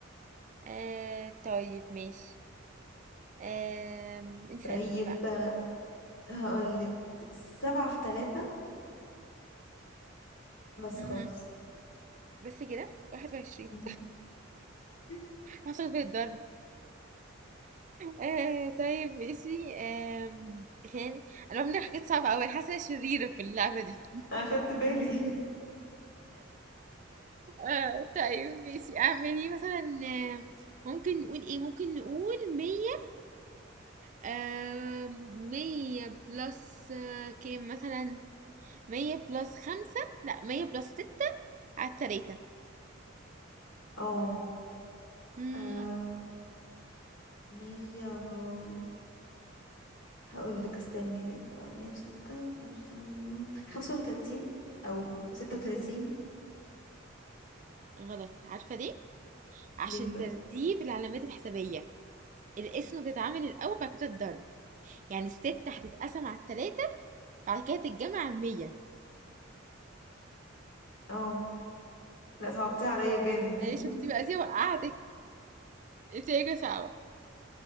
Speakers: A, on the right; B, on the left.
A: آه طيب ماشي آه انت اسأليني
B: طيب
A: بقى
B: آه، هقولك سبعة في تلاتة بس
A: مهم.
B: خلاص
A: بس كده 21
B: مم. <laughs>
A: هاخد في الضرب آه طيب ماشي آه خلينا انا بعمل حاجات صعبة اوي انا حاسة إن أنا شريرة في اللعبة دي
B: أخدت بالي
A: آه طيب ماشي اعملي مثلا آه، ممكن نقول ايه ممكن نقول مية آه مية بلس آه كام مثلا مية بلس خمسة لا مية بلس ستة على التلاتة
B: <laughs>
A: مم
B: اه مية و... هقول لك استني يبقى مية وستة مية وستة خمسة وتلاتين أو ستة وتلاتين
A: غلط عارفة ليه؟ عشان
B: ليه بقى
A: ترتيب العلامات الحسابية القسمة بتتعمل الأول بعد كده الضرب يعني الستة هتتقسم على التلاتة بعد كده تتجمع على المية
B: اه لا صعبتها عليا جامد
A: أيوة
B: <laughs>
A: شفتي بقى دي وقعتك انتي راجلة صعبة